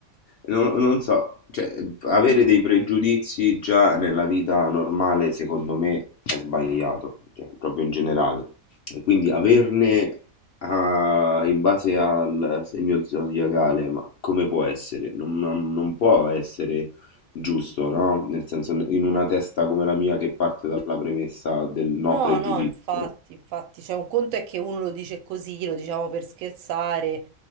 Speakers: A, on the left (about 60°); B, on the right (about 75°).
A: non, non so, cioè, avere dei pregiudizi già nella vita normale, secondo me, è sbagliato, cioè, proprio in generale. E quindi averne ah, in base al segno zodiacale, ma come può essere? Non, non- non può essere giusto, no? Nel senso, in una testa come la mia che parte dalla premessa del no
B: No,
A: pregiudizio.
B: no, infatti, infatti, cioè un conto è che uno lo dice così, lo diciamo per scherzare,